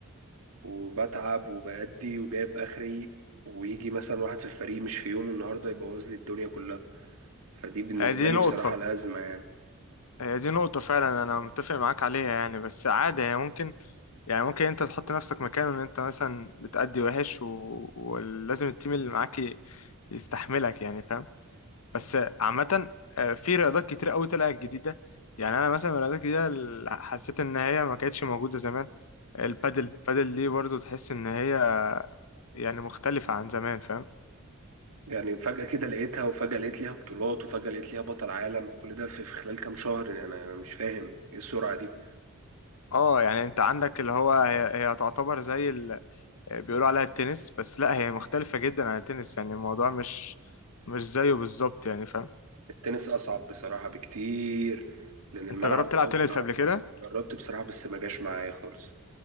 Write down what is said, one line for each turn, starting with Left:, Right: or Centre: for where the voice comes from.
Right: وبتعب وبأدي وجايب اخري ويجي مثلا واحد في الفريق مش في يومه النهارده يبوظ لي الدنيا كلها فدي بالنسبة
Left: آه، دي
Right: لي
Left: نقطه
Right: بصراحة الأزمة يعني
Left: هي دي نقطة فعلا أنا متفق معاك عليها يعني بس عادي هي ممكن يعني ممكن أنت تحط نفسك مكانه إن أنت مثلا بتأدي وحش و... ولازم التيم اللي معاك ي- يستحملك يعني فاهم بس عامة آه، في رياضات كتير أوي طلعت جديدة يعني أنا مثلا من الرياضات الجديدة اللي حسيت إن هي ما كانتش موجودة زمان البادل البادل دي برضو تحس إن هي يعني مختلفة عن زمان فاهم
Right: يعني فجأة كده لقيتها وفجأة لقيت ليها بطولات وفجأة لقيت ليها بطل عالم كل ده في في خلال كام شهر يعني أنا أنا مش فاهم إيه السرعة دي
Left: اه يعني انت عندك اللي هو هي, هي تعتبر زي بيقولوا عليها التنس بس لا هي مختلفة جدا عن التنس يعني الموضوع مش مش زيه بالظبط يعني فاهم
Right: التنس أصعب بصراحة بكتير لأن الملعب
Left: انت جربت تلعب
Right: أوسع
Left: تنس قبل
Right: وأكبر
Left: كده
Right: جربت بصراحة بس ما جاش معايا خالص